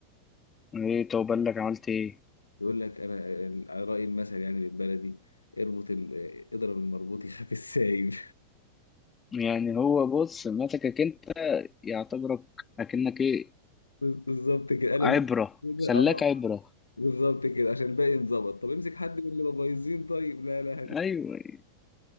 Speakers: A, on the left; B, on the left.
A: ايه طب بالك عملت ايه
B: يقول لك انا ال- على رأي المثل يعني بالبلدي اربط ال- آه، اضرب المربوط يخاف السايب
A: يعني هو بص مسكك انت يعتبرك اكنك ايه
B: <laughs> بالظبط كده قال
A: عبرة
B: لك كده
A: خلاك
B: اه
A: عبرة
B: بالظبط كده عشان الباقي انظبط طب امسك حد من اللي مبايظين طيب لا لا
A: ايوه